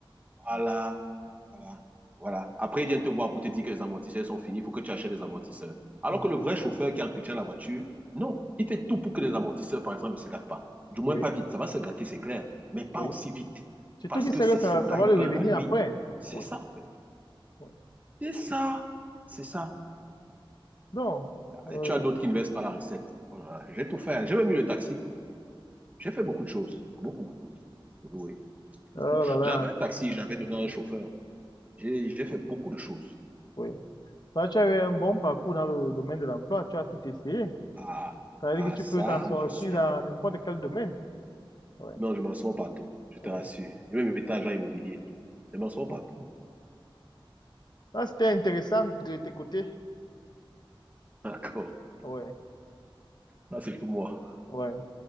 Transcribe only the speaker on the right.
voilà, voilà, voilà. Après, il vient te voir pour te dire que les amortisseurs sont finis, il faut que tu achètes des amortisseurs. Alors
que le vrai chauffeur qui entretient la voiture, non, il fait tout pour que les amortisseurs, par exemple, ne se gâtent pas. Du moins
pas vite. Ça va se gâter, c'est clair, mais pas
aussi vite.
Parce
que
c'est
son
gagne
pain à lui.
C'est
ça, en fait.
C'est ça. C'est ça.
Et tu as d'autres qui ne versent pas la recette. Voilà. J'ai tout fait. J'ai même mis le taxi. J'ai fait beaucoup de choses. Beaucoup, beaucoup, oui.
J'avais un taxi, j'avais donné à un chauffeur. J'ai, j'ai fait beaucoup de choses.
Ah,
ah,
ça,
je suis.
Non, je m'en sors partout, je te
rassure. J'ai même été agent immobilier. Je m'en sors
partout.
<laughs> D'accord.
Là, c'est tout moi.